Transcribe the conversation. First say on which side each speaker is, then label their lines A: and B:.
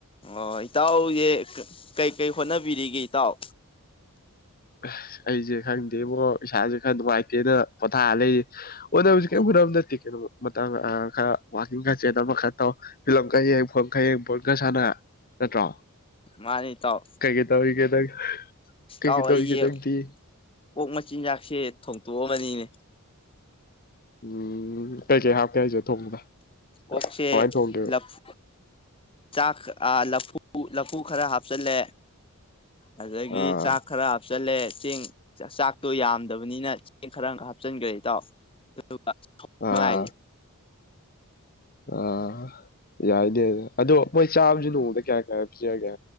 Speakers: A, on the left; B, on the left.
A: ꯑꯣ ꯏꯇꯥꯎꯁꯦ ꯀꯩꯀꯩ ꯍꯣꯠꯅꯕꯤꯔꯤꯒꯦ ꯏꯇꯥꯎ
B: ꯑꯁ ꯑꯩꯖꯦ ꯈꯪꯗꯦꯕꯣ ꯏꯁꯥꯥꯖꯦ ꯈ꯭ꯔ ꯅꯨꯡꯉꯥꯢꯇꯦꯅ ꯄꯣꯊꯥ ꯂꯩ꯫ ꯍꯣꯠꯅꯕꯖꯦ
A: ꯑꯣ
B: ꯀꯩꯝ ꯍꯣꯠꯅꯕ ꯅꯠꯇꯦ ꯀꯩꯅꯣ ꯃꯇꯥꯝ ꯑ ꯈꯔ ꯋꯥꯛꯀꯤꯡ ꯈꯥ ꯆꯦꯟ ꯑꯃ ꯈꯥ ꯇꯧ꯫ ꯄꯤ ꯂꯂꯝꯈꯥꯏ ꯌꯦꯡ ꯐꯡꯈꯥꯏꯡ ꯄꯣꯏꯡꯈ ꯁꯥꯟꯅ ꯅꯠꯇ꯭ꯔꯣ
A: ꯃꯥꯅꯤ ꯏꯇꯥꯎ
B: ꯀꯩ ꯒꯩ ꯇꯧꯔꯤꯒꯦ ꯅꯪ꯫
A: ꯏꯇꯥꯎ
B: ꯀꯩꯀꯩ ꯇꯧꯔꯤꯒꯦ
A: ꯑꯩꯁꯦ
B: ꯅꯪꯗꯤ
A: ꯀꯣꯛ ꯃꯆꯤꯟꯖꯥꯛꯁꯦ ꯊꯣꯡꯇꯣꯛꯑꯕꯅꯤꯅꯦ
B: ꯎꯝ ꯀꯩꯀꯩ ꯍꯥꯞꯀꯦ ꯍꯥꯏꯁꯦ ꯊꯣꯡꯕꯗ
A: ꯑꯣꯛꯁꯦ
B: ꯀꯃꯥꯏꯅ ꯊꯣꯡꯗꯣꯏꯕ
A: ꯂꯥꯐꯨ ꯆꯥꯛ ꯑ ꯂꯐꯨ ꯂꯐꯨ ꯈꯔ ꯍꯥꯞꯆꯜꯂꯦ꯫ ꯑꯗꯗꯒꯤ
B: ꯑꯥ
A: ꯆꯥ ꯈꯔꯞ ꯍꯥꯞꯆꯜꯂꯦ ꯆꯦꯡ ꯆꯥꯛꯇꯣ ꯌꯥꯝꯗꯕꯅꯤꯅ ꯆꯦꯡ ꯈꯔ ꯍꯥꯞꯆꯤꯟꯈ꯭ꯔꯦ ꯏꯇꯥꯎ <inaudible>
B: ꯑꯥ ꯑꯥ ꯌꯥꯏꯗꯦ ꯑꯗꯣ ꯃꯣꯏ ꯆꯥꯕꯁꯨ ꯅꯣꯡꯃꯗ ꯀꯌꯥ ꯀꯌꯥ ꯄꯤꯖꯒꯦ